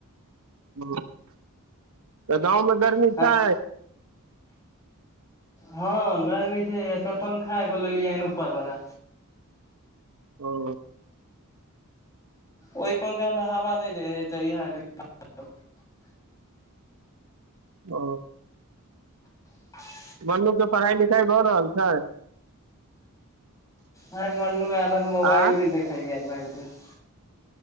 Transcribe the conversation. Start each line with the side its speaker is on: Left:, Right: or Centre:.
Right: <inaudible> गाँव मे गरमी
Left: हन
Right: छै
Left: हँ गरमी छैक एतय पंखा एगो लेलियै हन ऊपरवला
Right: व <inaudible>
Left: ओहि पंखा मे हावा नै दे हइ त इहय लेलिय <inaudible>
Right: ओ
Left: <inaudible>
Right: मन्नूके पढ़ाइ लिखाइ भऽ रहल छै
Left: ह मन्नू हमर मोबाइल
Right: आ
Left: भी देखैयै भर <inaudible>